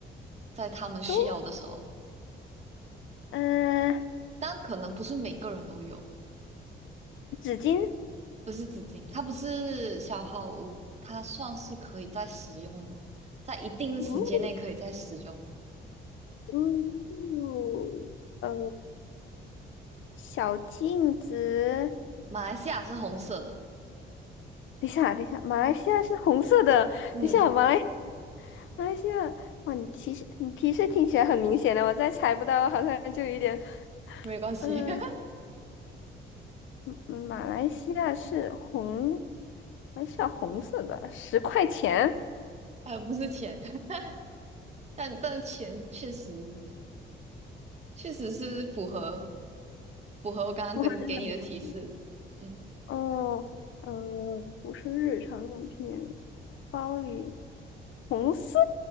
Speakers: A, on the right; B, on the left.
A: 在他们需要的时候，
B: 都。嗯、
A: 但可能不是每个人都有，
B: 纸巾，
A: 不是纸巾，它不是消耗物，它算是可以再使用的，在一定的时间内可以再使用。
B: 嗯嗯，呃，小镜子。
A: 马来西亚是红色的，
B: 等一下，等一下，马来西亚是红色的。
A: 嗯，
B: 等一下，马来马来西亚，哇，你提示你提示听起来很明显的，我再猜不到，好像就有一点，
A: 没关系，
B: 嗯、
A: <laughs>
B: 嗯嗯马来西亚是红，还是西亚红色的，十块钱，
A: 呃，不是钱，<laughs> 但但钱确实确实是符合符合我刚刚跟给你的提示，
B: 不合真的描述。
A: 嗯。
B: 哦，呃，不是日常用品，包里红色，